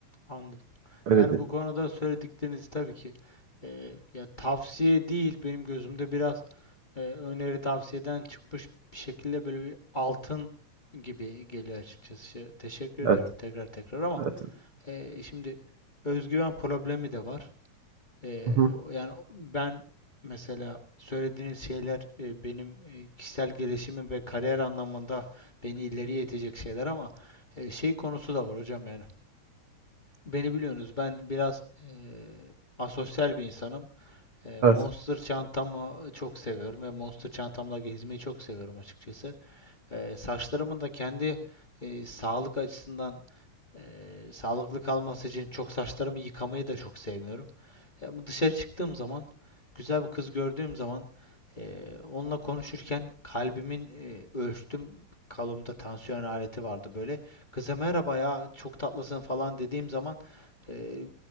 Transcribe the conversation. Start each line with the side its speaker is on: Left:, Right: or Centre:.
Left: anladım.
Right: Öyle
Left: Yani
Right: değil.
Left: bu konuda söyledikleriniz tabii ki e, ya tavsiye değil benim gözümde biraz e, öneri tavsiyeden çıkmış bir şekilde böyle bir altın gibi geliyor açıkçası. Şey, Teşekkür ediyorum
Right: Evet,
Left: tekrar tekrar ama
Right: evet.
Left: e, şimdi özgüven problemi de var. Ee,
Right: Hı hı,
Left: yani ben mesela söylediğiniz şeyler e, benim e, kişisel gelişimim ve kariyer anlamında beni ileriye itecek şeyler ama e, şey konusu da var hocam yani. Beni biliyorsunuz ben biraz e, asosyal bir insanım. E,
Right: Evet,
Left: Monster çantamı çok seviyorum ve Monster çantamla gezmeyi çok seviyorum açıkçası. E, saçlarımın da kendi e, sağlık açısından e, sağlıklı kalması için çok saçlarımı yıkamayı da çok sevmiyorum. Ya bu dışarı çıktığım zaman, güzel bir kız gördüğüm zaman eee, onunla konuşurken kalbimin eee, ölçtüm. Kolumda tansiyon aleti vardı böyle. Kıza merhaba ya çok tatlısın falan dediğim zaman eee,